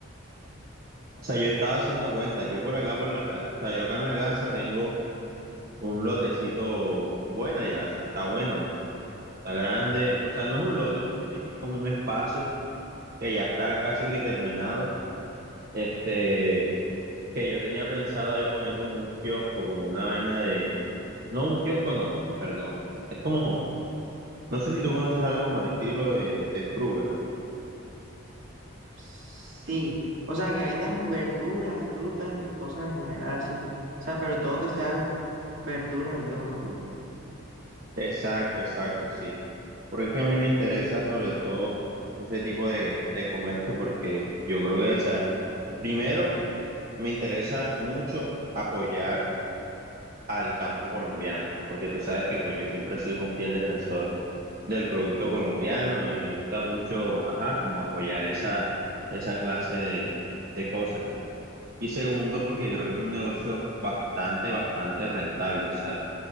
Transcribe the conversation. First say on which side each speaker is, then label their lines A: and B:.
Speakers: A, on the right; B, on the right.
A: O sea, yo estaba haciendo cuentas. Yo por acá, por la, eh, o sea, yo acá en la casa tengo un lotecito bueno ya, o sea, está bueno, está grande. O sea, no es un lote, mejor dicho, es como un espacio que ya está casi que terminado. Este, que yo tenía pensado ahí poner como un kiosco, como una vaina de, no, un kiosco no,
B: Mm,
A: perdón. Es como, no sé si tú conoces algo como el estilo de, de Fruver.
B: Sí, o sea, que vendan verduras, frutas y cosas en general así. O sea, pero todo que sea verduras y todo, ¿no?
A: Exacto, exacto, sí. Porque es que a mí me interesa sobre todo ese tipo de, de comercio porque yo creo que, o sea, primero me interesa mucho apoyar al campo colombiano, porque tú sabes que pues yo siempre he sido un fiel defensor del producto colombiano y me gusta mucho, ajá, como apoyar esa, esa clase de, de cosas ya. Y segundo,
B: Mm.
A: porque creo que es un negocio bastante, bastante rentable, o sea